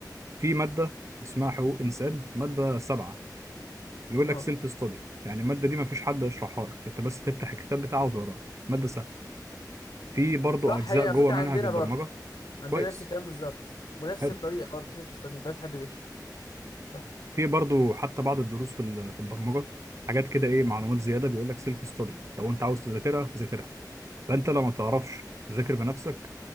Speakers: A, on the right; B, on the left.
A: في ماده اسمها حقوق انسان ماده سبعه بيقول لك
B: اه
A: سيلف ستادي يعني الماده دي ما فيش حد يشرحها لك انت بس تفتح الكتاب بتاعه وتقراه ماده سهلة. في برضو
B: صح
A: اجزاء
B: هي على
A: جوه
B: فكره
A: منهج
B: عندنا
A: البرمجه
B: برضه عندنا
A: كويس
B: نفس الكلام بالظبط ونفس
A: حلو
B: الطريقه برضه سيلف ستادي ما فيهاش حد بيشرح صح
A: في برضو حتى بعض الدروس في ال- في البرمجه حاجات كده ايه معلومات زياده بيقول لك سيلف ستادي لو انت عاوز تذاكرها ذاكرها فانت لو ما تعرفش تذاكر بنفسك